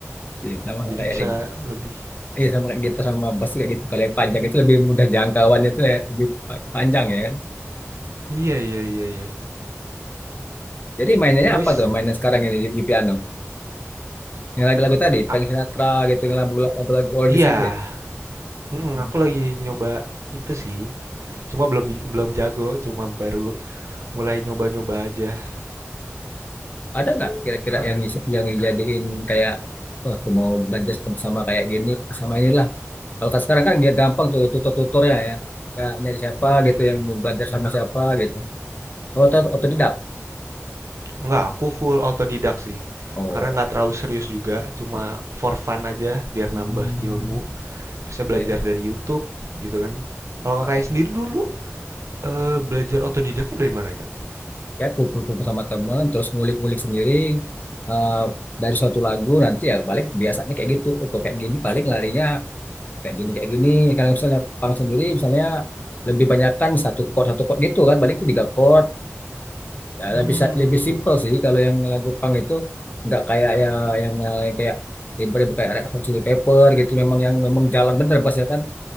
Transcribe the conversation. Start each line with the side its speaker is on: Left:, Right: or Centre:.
Left: Iya. Sama nggak
Right: Jadi
Left: kayak
Right: bisa
Left: di
Right: lebih.
Left: Iya sama kayak gitu sama bus kayak gitu. Kalau yang panjang itu lebih mudah jangkauannya itu ya lebih pa- panjang ya kan.
Right: Iya iya iya iya.
Left: Jadi mainnya
Right: Habis
Left: apa tuh mainnya sekarang ini di, di piano? Yang lagu-lagu tadi, Frank
Right: a-
Left: Sinatra gitu, yang lagu- lagu-lagu oldies
Right: iya,
Left: gitu ya.
Right: Mm-mm,
Left: Hmm.
Right: aku lagi nyoba itu sih. Cuma belum belum jago, cuma baru mulai nyoba-nyoba aja.
Left: Ada nggak kira-kira
Right: Ka-
Left: yang dis- yang dijadiin kayak wah aku mau belajar seperti sama kayak gini sama inilah. Kalau kan sekarang kan dia gampang tuh tutor-tutornya ya. Kayak nyari siapa
Right: Mm-mm.
Left: gitu yang mau belajar sama siapa gitu. Oh, atau, atau tidak?
Right: Enggak, aku full autodidak sih.
Left: Oh.
Right: Karena nggak terlalu serius juga, cuma for fun aja biar
Left: Hmm.
Right: nambah ilmu. Bisa belajar
Left: Iya,
Right: dari YouTube gitu kan. Kalau kakaknya
Left: iya.
Right: sendiri dulu Eee, belajar otodidaknya dari mana, Kak?
Left: ya kumpul-kumpul sama teman terus ngulik-ngulik sendiri eh, dari suatu lagu nanti ya balik biasanya kayak gitu oh, kok kayak gini paling larinya kayak gini kayak gini kalau misalnya pang sendiri misalnya lebih banyakkan satu chord satu chord gitu kan balik itu tiga chord ya,
Right: Hmm,
Left: lebih lebih simple sih kalau yang lagu pang itu nggak kayak ya yang, yang kayak ribet-ribet kayak Red Hot Chili Pepper gitu memang yang memang jalan bener bassnya kan